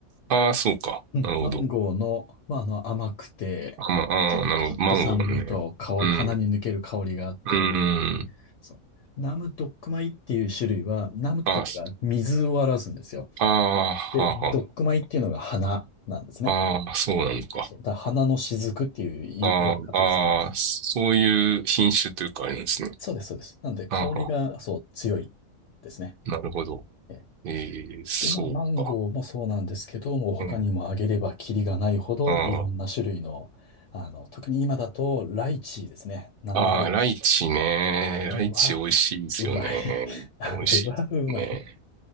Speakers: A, on the right; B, on the left.
A: ああ、そうか。
B: うん。
A: なるほど。
B: マンゴーの、まあ、あの、甘くて、
A: あ、まああなるほど。
B: ちょ、ちょっと酸味と香り、
A: マンゴーね。うん。
B: 鼻に抜ける香りがあって、
A: うん。
B: そう。ナムドックマイっていう種類は、ナムっていうのが水を表すんですよ。
A: ああ、すああ、
B: で、
A: は
B: ドックマイっていうのが花なんですね。
A: あ、はあ。ああ、そうなのか。
B: そう。だから花の雫っていう言言われ方をするんです。
A: ああ、ああ、そういう品種というかあれなんですね。
B: そうです、そうです。なんで、香りが、
A: はあはあ
B: そう、強いですね。
A: なるほど。
B: ええ
A: えー、そうか。
B: で、まあ、マンゴーもそうなんですけど、もう他にもあげればキリがないほどいろんな種類の、
A: うん。あー
B: あの、特に今だとライチですね。生ライチ。
A: あー、ああライチね。
B: あれは、
A: ライチ美味しいですよね。
B: うまい。<laughs> あれはうまい。
A: 美味しいですね。